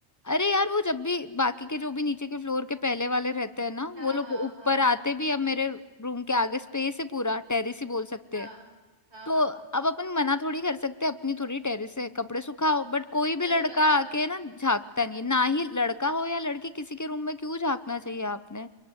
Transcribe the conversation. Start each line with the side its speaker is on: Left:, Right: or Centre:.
Left: अरे यार वो जब भी बाकी के जो भी नीचे के फ्लोर के पहले वाले रहते हैं ना
Right: हाँ
Left: वो लोग
Right: हाँ
Left: ऊपर
Right: हाँ
Left: आते भी अब मेरे रूम के आगे स्पेस है पूरा टेरेस ही बोल सकते
Right: हाँ
Left: हैं
Right: हाँ
Left: तो
Right: हाँ
Left: अब अपन मना थोड़ी कर सकते अपनी थोड़ी टेरिस है कपड़े सुखाओ बट कोई भी
Right: सही
Left: लड़का
Right: बात है
Left: आके ना झांकता नहीं है। ना ही लड़का हो या लड़की किसी के रूम में क्यों झांकना चाहिए आपने